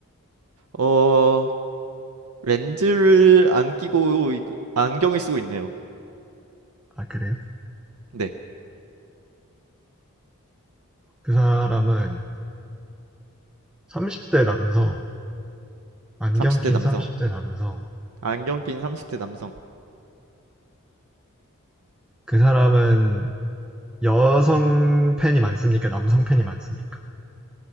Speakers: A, on the right; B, in the centre.
A: 어. 렌즈를 안 끼고 있고 안경을 쓰고 있네요.
B: 아, 그래요?
A: 네,
B: 그 사람은 30대 남성, 안경
A: 30대
B: 낀
A: 남성.
B: 30대 남성.
A: 안경 낀 30대 남성.
B: 그 사람은 여성 팬이 많습니까? 남성 팬이 많습니까?